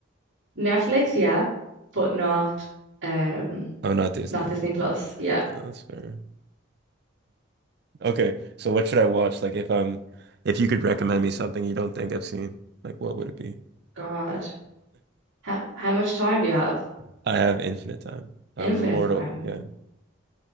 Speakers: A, on the right; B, on the right.
A: Netflix, yeah, but not um
B: Oh, not Disney.
A: not Disney Plus. Yeah.
B: Oh, that's fair. Okay, so what should I watch? Like if um if you could recommend me something you don't think I've seen, like what would it be?
A: God. How how much time do you have?
B: <laughs> I have infinite time. I'm
A: Infinite
B: immortal.
A: time.
B: Yeah.